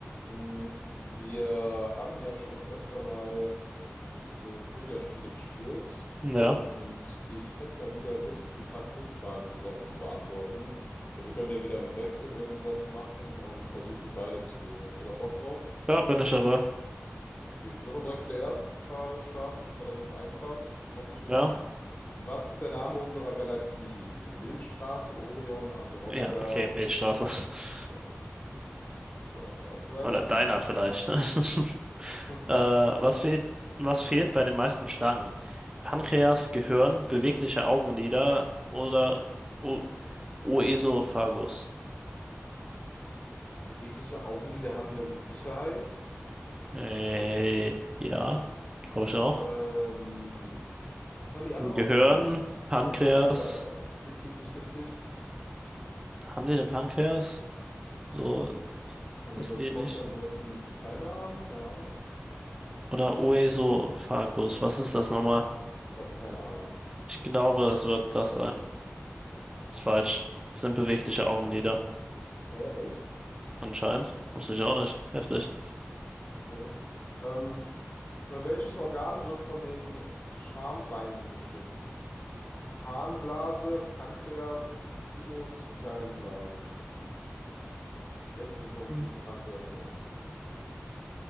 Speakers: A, on the left; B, on the right.
A: Mm, Wir haben ja schon öfter mal so Trivia-Spiele gespielt
B: Ja,
A: und ich hätte mal wieder Lust, ein paar Quizfragen zusammen zu beantworten. Also Wir können ja wieder im Wechsel irgendwie was machen und versuchen, die beide zu lösen. Hast du da Bock drauf?
B: ja, bin ich dabei.
A: Okay, ich würde auch direkt mit der ersten Frage starten. Die ist relativ einfach, hoffe ich
B: Ja,
A: mal. Was ist der Name unserer Galaxie? Milchstraße, Orion, Andromeda.
B: ja, okay, Milchstraße.
A: Ja,
B: <laughs>
A: okay. So, hast du eine?
B: Oder Diner vielleicht. <laughs>
A: Ja.
B: Äh, was
A: <laughs>
B: fehlt, was fehlt bei den meisten Schlangen? Pankreas, Gehirn, bewegliche Augenlider oder o Oesophagus?
A: Also bewegliche Augenlider haben die doch mit Sicherheit.
B: Äh, ja, glaube ich auch.
A: Ähm, was waren die anderen
B: Gehirn,
A: Optionen?
B: Pankreas.
A: Gehirn ist ja offensichtlich nicht richtig.
B: Haben die eine Pankreas? So
A: Kann
B: ist
A: mir
B: die
A: vorstellen,
B: nicht.
A: dass sie keine haben. Keine Ahnung.
B: Oder Oesophagus. Was ist das nochmal?
A: Ich habe keine Ahnung.
B: Ich glaube, es wird das sein. Ist falsch. Es sind bewegliche
A: Ja.
B: Augenlider,
A: Hä, echt?
B: anscheinend. Wusste ich auch nicht. Heftig.
A: Okay. Ähm, welches Organ wird von den Schambeinen geschützt? Harnblase, Pankreas, Thymus, Gallenblase. Jetzt wird es doch bestimmt
B: Hm.
A: die Pankreas sein. <laughs>